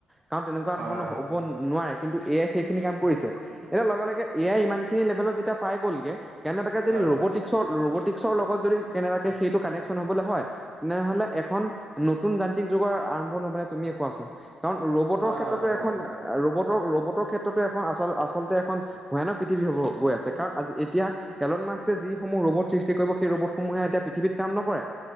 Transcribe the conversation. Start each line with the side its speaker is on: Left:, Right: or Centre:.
Centre: কাৰণ তেনেকুৱা
Right: হয়,
Centre: ধৰণৰ
Right: হয়,
Centre: হ'ব নোৱাৰে, কিন্তু এ আই সেই খিনি কাম কৰিছে, এতিয়া লগে, লগে এ য়াই ইমান খিনি লেভেলত যেতিয়া পাই গ'লগে কেনেবাকে
Right: হয়,
Centre: যদি ৰ'বটিকছৰ-ৰ'ব টিকছৰ লগত যদি কেনেবাকৈ সেইটো কানেকশ্যন হ'বলৈ হয়, তেনেহ'লে এখন নতুন যান্ত্ৰিক যুগৰ আৰম্ভ নহ'বনে তুমিয়ে কোৱাচোন? কাৰণ ৰ'বটৰ
Right: হয়,
Centre: ক্ষেত্ৰতো
Right: হয়, হ'ব,
Centre: এখন
Right: হ'ব,
Centre: ৰ'বট ৰ'বটৰ ক্ষেত্ৰতো এখন আচ-আচলতে এখন ভয়ানক পৃথিৱী হ'ব গৈ আছে কাৰণ আজি-এতিয়া এল মাক্সে যিসমূহ ৰ'বত সৃষ্টি কৰিব সেই ৰ'বটসমূহে এতিয়া পৃথিৱীত কাম নকৰে,